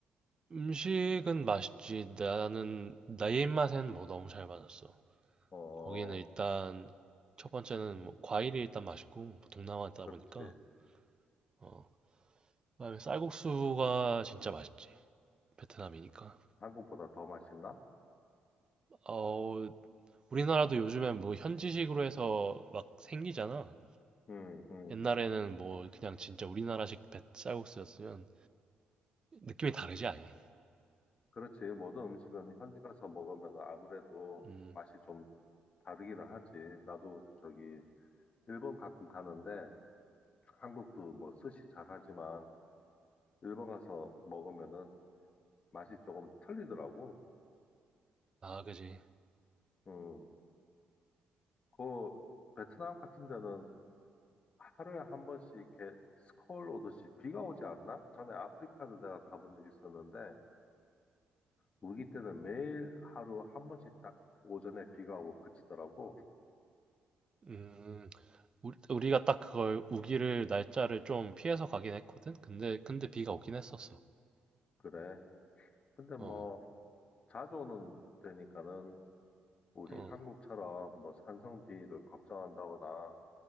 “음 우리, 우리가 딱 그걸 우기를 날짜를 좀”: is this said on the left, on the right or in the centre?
Right